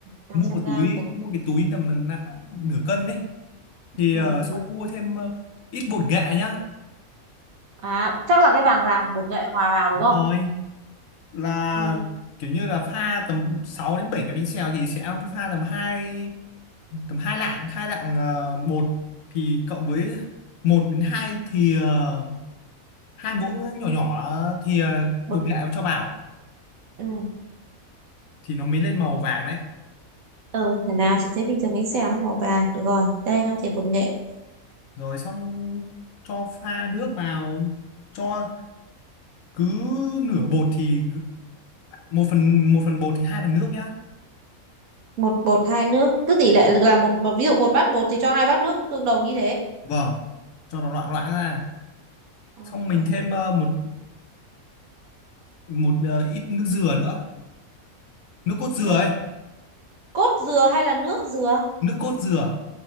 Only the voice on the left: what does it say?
mua một
túi
mua cái túi tầm nạ- nửa cân đấy thì
ờ, xong
mua thêm ờ, ít bột nghệ nhá
Đúng
rồi là
kiểu như là pha tầm 6 đến 7 cái bánh xèo thì sẽ pha tầm hai tầm hai lạng hai lạng ờ, bột thì cộng với một đến hai thì ờ, hai muỗng nhỏ nhỏ thì ờ,
bột
nghệ cho vào
thì nó mới lên màu vàng đấy
rồi xong cho pha nước vào cho cứ nửa bột thì một phần một phần bột thì hai phần nước nhá
vâng cho nó loãng loãng ra
xong mình thêm ờ, một một ờ, ít nước dừa nữa nước cốt dừa
ấy
nước cốt dừa